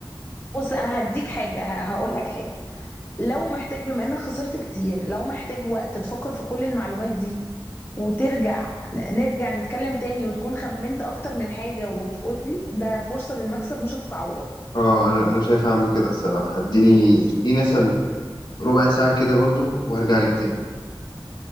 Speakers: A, on the left (about 25°); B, on the left (about 55°).
A: بص انا هديك حاجه ه- هقول لك حاجه لو محتاج بما انك خسرت كتير لو محتاج وقت تفكر في كل المعلومات دي وترجع ن- نرجع نتكلم تاني وتكون خمنت اكتر من حاجه وتقولي ده فرصه للمكسب مش هتتعوض
B: اه انا انا شايف اعمل كده الصراحة اديني اديني مثلا ربع ساعة كده برضو وهرجع لك تاني